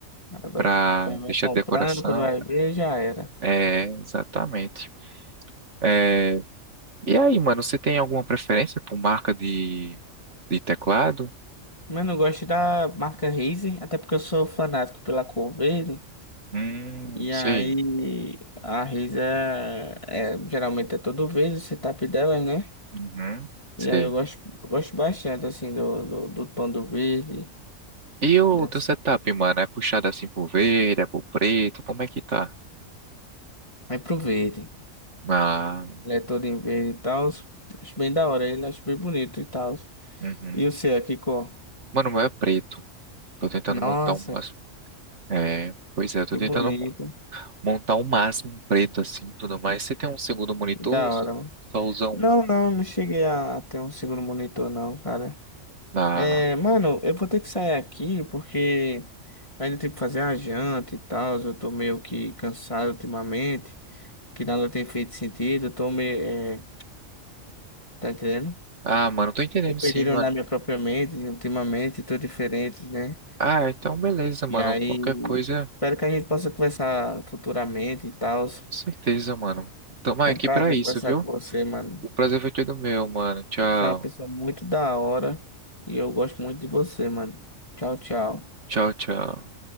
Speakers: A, on the left (about 25°); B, on the right (about 60°).
A: vai,
B: pra
A: vai
B: deixar
A: vai comprando,
B: de decoração
A: quando vai ver, já era.
B: É, exatamente. É, e aí, mano, você tem alguma preferência por marca de, de teclado?
A: Mas não gosto da marca Razer, até porque eu sou fanático pela cor verde.
B: Hum,
A: E
B: sei.
A: aí a Razer é, é- geralmente é todo verde o setup dela né?
B: Uhum,
A: E
B: sei.
A: aí eu gosto, gosto bastante assim do, do, do tom do verde.
B: E o
A: Dessa.
B: teu setup, mano, é puxado assim pro verde, é pro preto? Como é que tá?
A: É pro verde.
B: Ah,
A: Ele é todo em verde e tal. Acho bem da hora ele, acho bem bonito e tal.
B: uhum.
A: E o seu aqui, cor?
B: Mano, o meu é preto. Tô tentando
A: Nossa,
B: montar o máximo. É, pois é, eu tô
A: que
B: tentando
A: bonito.
B: mo- montar o máximo preto assim, tudo mais. Você tem um segundo monitor
A: Da
B: ou só
A: hora, mano.
B: só usa um?
A: Não, não, não cheguei a ter um segundo monitor, não, cara.
B: Ah,
A: É, mano, eu vou ter que sair aqui porque ainda tem que fazer a janta e tal. Eu tô meio que cansado ultimamente, que nada tem feito sentido. Eu tô meio, é, tá entendendo?
B: ah, mano, tô entendendo
A: Tô perdido
B: sim, mano.
A: na minha própria mente, ultimamente, tô diferente, né?
B: Ah, então beleza, mano.
A: E aí,
B: Qualquer coisa,
A: espero que a gente possa conversar futuramente e tal. Foi
B: com certeza, mano. Tamo aqui
A: um prazer
B: pra isso,
A: conversar
B: viu?
A: com você, mano.
B: O prazer foi todo meu, mano. Tchau.
A: Você é uma pessoa muito da hora e eu gosto muito de você, mano. Tchau, tchau.
B: Tchau, tchau.